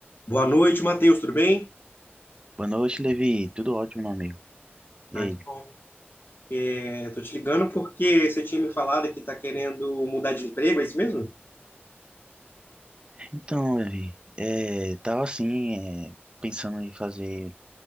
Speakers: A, on the left; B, on the right.
A: Boa noite, Matheus, tudo bem?
B: Boa noite, Levi. Tudo ótimo, meu amigo. E
A: Aqui,
B: aí?
A: bom. É, tô te ligando porque você tinha me falado que tá querendo mudar de emprego, é isso mesmo?
B: Então, Levi, é, tava assim, é, pensando em fazer